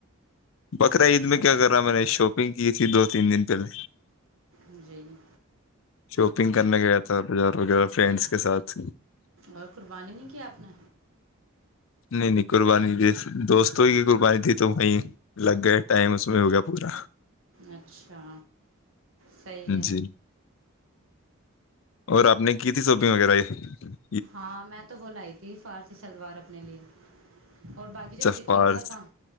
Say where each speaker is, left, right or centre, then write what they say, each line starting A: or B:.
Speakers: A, on the left; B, on the right.
A: بقرا عید میں کیا کر رہا میں نے شاپنگ کی تھی دو تین دن پہلے
B: ج جری
A: شاپنگ کرنے گیا تھا بار وغیرہ فرینڈس کے ساتھ
B: اور قربانی نہیں کی آپ نے
A: نہیں نہیں قربانی تھی دوستوں کی قربانی تھی تو وہیں لگ گئے ٹائم اس میں ہو گیا پورا
B: اچھا صحیح ہے
A: جی اور آپ نے کی تھی سوپنگ وغیرہ یہ
B: ہاں میں تو ب لائی تھی فار اس شلوار اپنے لیے اور باقی جو اسٹیچنگ
A: جفار
B: کا کام